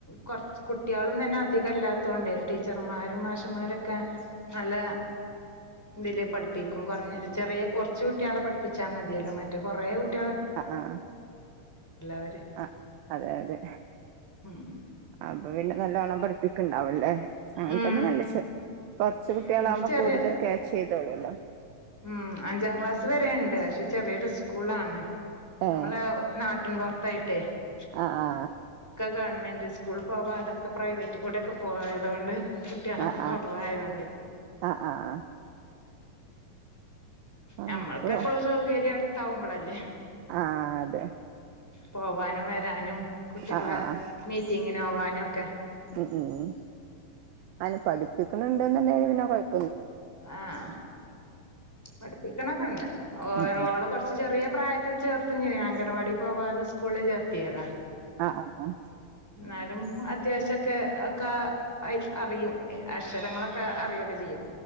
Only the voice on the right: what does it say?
ആ് ആഹ
ആ അതെ അതെ
അപ്പൊ പിന്നെ നല്ലവണ്ണം പഠിപ്പിക്കണ്ടാവുംല്ലേ അങ്ങനത്തെന്നെ
നല്ല കുറച്ച് കുട്ടികളാവുമ്പോ
കൂടുതൽ ക്യാച്ച് ചെയ്ത് <unintelligible>
ഏ
ആ ആ
ആ
ആ ആ ആ അപ്പൊ
ആഹ് അതെ
ആഹ് ആഹ്
ഉം ഉം അങ്ങനെ പഠിപ്പിക്കണണ്ട്ന്നണ്ടെ പിന്നെ കൊഴപ്പില്യ
ഉം
ആഹ് ആഹ് ആഹ്